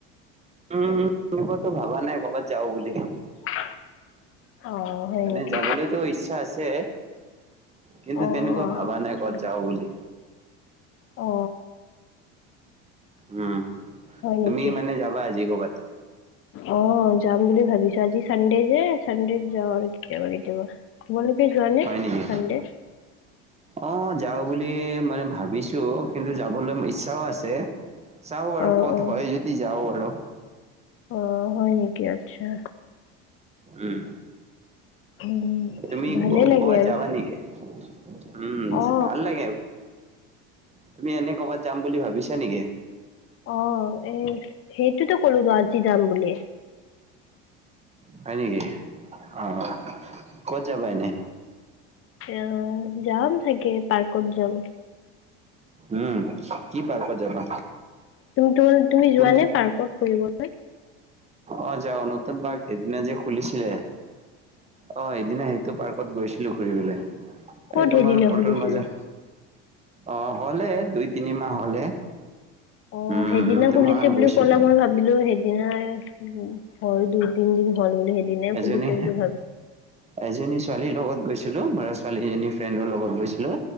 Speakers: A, on the right; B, on the left.
A: উম এনেকুৱাতো ভাবা নাই কৰ'বাত যাও বুলি
B: অ হয়
A: মানে
B: নেকি
A: যাবলৈতো ইচ্ছা আছে কিন্তু
B: অ
A: তেনেকুৱা
B: অ
A: ভাবা
B: আচ্ছা
A: নাই ক'ত যাওঁ বুলি
B: অ
A: উম
B: হয়
A: তুমি
B: নেকি
A: মানে যাবা আজি ক'ৰবাত
B: অ যাম বুলি ভাবিছো আজি চানডে যে চানডে যাওঁ আৰু কেতিয়াবা কেতিয়াবা যোৱা নে
A: হয় নেকি
B: চানডে?
A: অ যাও বুলি মানে ভাবিছো কিন্তু যাবলে ইচ্ছাও আছে চাওঁ বাৰু
B: অ
A: ক'ত
B: অ
A: হয় যদি যাওঁ বাৰু
B: অ হয় নেকি আচ্ছা
A: উম
B: উম
A: তুমি
B: ভালেই
A: কৰবাত
B: লাগে আৰু
A: যাবা নেকি উম
B: অ
A: ভাল লাগে তুমি এনে কৰ'বাত যাম বুলি ভাবিছা নেকি
B: অ এ সেইটোতো কলো তো আজি যাম বুলি
A: হয় নেকি অ ক'ত যাবা এনে
B: অ যাম চাগে পাৰ্কত যাম
A: উম কি পাৰ্কত যাবা
B: তুম তো তুমি
A: কোন
B: যোৱা নে পাৰ্কত ফুৰিব
A: অ যাওঁ নতুন পাৰ্ক সেইদিনা যে খুলিছিলে অ সেইদিনা সেইটো পাৰ্কত গৈছিলো ফুৰিবলে
B: ক'ত
A: এই তোমাৰ
B: সেইদিনা
A: পল্টন
B: খুলিছিলে?
A: বজাৰ অ হ'লে দুই তিনি মাহ হলে
B: অ
A: উম,
B: সেইদিনা
A: উম, তোমাৰ
B: খুলিছে বুলি
A: গৈছিল
B: কলে মই ভাব ভাবিলো সেইদিনাই হয় দুই তিন দিন হল বুলি সেইদিনাই
A: এজনী
B: খুলিছে বুলি ভাবিছো
A: এজনী ছোৱালীৰ লগত গৈছিলো মৰা ছোৱালী এজনী ফ্ৰেণ্ডৰ লগত গৈছিলো